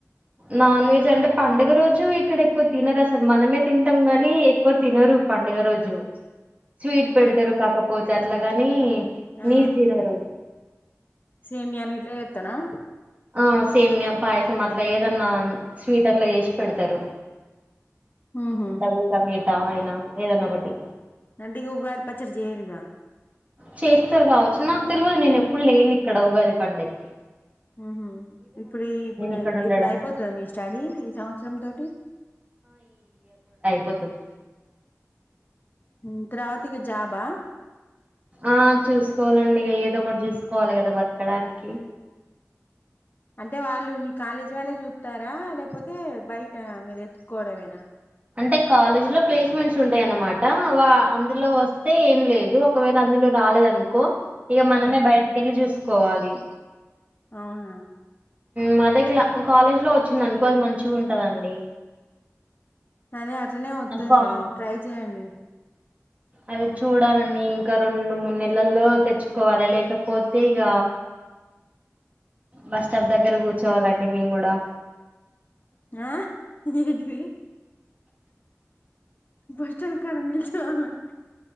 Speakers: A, on the right; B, on the left.
A: నాన్ వెజ్ అంటే పండుగ రోజు ఇక్కడ ఎక్కువ తిన్నరు అసలు మనమే తింటాం, గాని ఎక్కువ తిన్నరు. పండుగ రోజు స్వీట్ పెడతారు
B: ఆ
A: కాకపోత్ అట్లాగానీ
B: ఆ
A: నీస్ తిన్నరు
B: సేమియాలు ఇట్లాఎత్తనా
A: ఆ సేమ్య పాయసం అట్లా ఏదన్నా స్వీట్ అట్లా చేసి పెడతారు
B: ఉహు
A: <unintelligible> మీఠా అయినా ఏదన్నా ఒకటి
B: అంటే ఉగాది పచ్చడి చేయర్గా
A: చేస్తారు కావచ్చు నాకు తెల్వదు నేను ఎప్పుడు లేన్ ఇక్కడ ఉగాది పండగకి
B: మ్మ్ హ్మ్ ఇప్పుడు ఇప్పుడు
A: ఇక్కడ ఉండడం
B: ఇప్పుడు అయిపోతాది మీ స్టడీ ఈ సంవత్సరం తోటి
A: పోతాది
B: మ్ త్రవితిగా జాబా
A: ఆ చూసుకోవాలండి ఇగ ఏదో ఒకటి చూసుకోవాలి కదా బతకడానికి
B: అంటే వాళ్ళు మీ కాలేజీ వళ్ళే చూస్తారా లేకపోతే బయట మీరు ఎత్తుకోవడమేనా
A: అంటే కాలేజ్ లో ప్లేస్మెంట్స్ ఉంటాయన్నమాట. వా అందులో వస్తే ఏం లేదు, ఒకవేళ అందులో రాలేదనుకో, ఇగ మనమే
B: ఆ
A: బయటకి వెళ్లి చూస్ కోవాలి
B: అవునా
A: మ దేక్లా కాలేజ్ లో వచ్చింది అనుకో అది మంచిగ ఉంటదండి.
B: అదే అ అట్లనే వత్తదిలే
A: అబ్బా
B: ట్రై చేయండి
A: అది చూడాలండి ఇంకా రెండు మూడు నెలల్లో తెచ్చుకోవాలి లేకపోతే ఇగ బస్ స్టాప్ దగ్గర కూర్చోవాలండి మేము కూడా
B: ఆ <unintelligible> బస్టాండ్ కాడ నిల్చోవాలా?